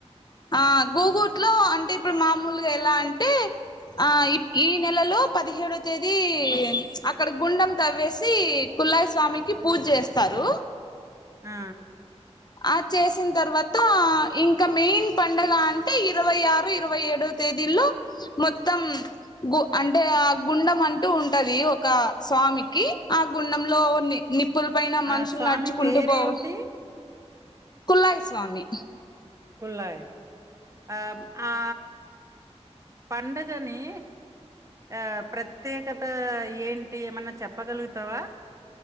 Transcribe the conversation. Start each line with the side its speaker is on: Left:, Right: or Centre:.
Left: ఆ గూగుట్ లో అంటే ఇప్పుడు మామూలుగా ఎలా అంటే ఆ ఈ నెలలో పదిహేడో తేదీ అక్కడ గుండెం తవ్వేసి కుల్ళయిస్వామికి పూజ చేస్తారు
Right: ఆ
Left: ఆ చేసిన తర్వాత ఇంకా మెయిన్ పండుగ అంటే ఇరవై ఆరు ఇరవై ఏడు తేదీలో మొత్తం గు అంటే ఆ గుండం అంటూ ఉంటది ఒక స్వామికి ఆ గుండంలో ని నిప్పుల పైన మనుషులు
Right: ఆ స్వామి
Left: నడుచుకుంటూ
Right: పేరేంటి
Left: పోవు కుల్లయస్వామి
Right: కుళ్ళయప్ప ఆ ఆ పండుగని ఆ ప్రత్యేకత ఏంటి ఏమన్నా చెప్పగలుగుతావా